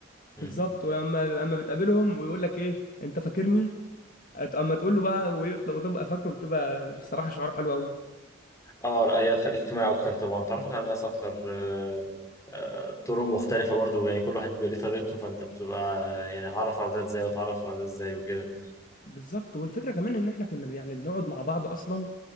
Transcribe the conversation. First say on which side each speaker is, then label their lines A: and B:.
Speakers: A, on the left; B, on the left.
A: مم.
B: بالظبط ولما اما بتقابلهم ويقول لك ايه انت فاكرني أت- اما تقول له بقى ويطلع وتبقى فاكره بتبقى بصراحه شعور حلو قوي
A: اه لا هي تخليك اجتماعي اكتر طبعا تعرفك على ناس اكتر آه، آه، طرق مختلفة برضو يعني كل واحد بيبقى ليه طريقته فانت بتبقى يعني اتعرف على ده ازاي واتعرف على ده ازاي وكده
B: بالظبط والفكره كمان ان احنا كنا يعني بنقعد مع بعض اصلا